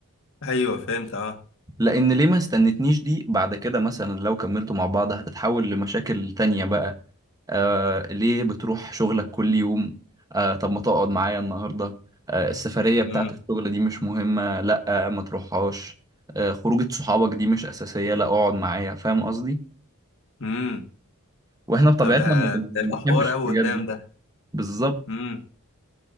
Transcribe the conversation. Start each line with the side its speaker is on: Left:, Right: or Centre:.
Left: ايوه فهمت اه
Right: لان ليه ما استنتنيش دي بعد كده مثلا لو كملتوا مع بعض هتتحول لمشاكل تانية بقى آه ليه بتروح شغلك كل يوم آه طب ما تقعد معايا النهارده آه السفرية
Left: امم
Right: بتاعت الشغل دي مش مهمة لا آه ما تروحهاش آه خروجة صحابك دي مش أساسية لا اقعد معايا فاهم قصدي
Left: امم
Right: واحنا بطبيعتنا
Left: طب ده
Right: ما بن-
Left: ده يبقى
Right: ما بنحبش
Left: حوار قوي
Right: الحاجات
Left: قدام
Right: دي
Left: ده
Right: بالظبط
Left: امم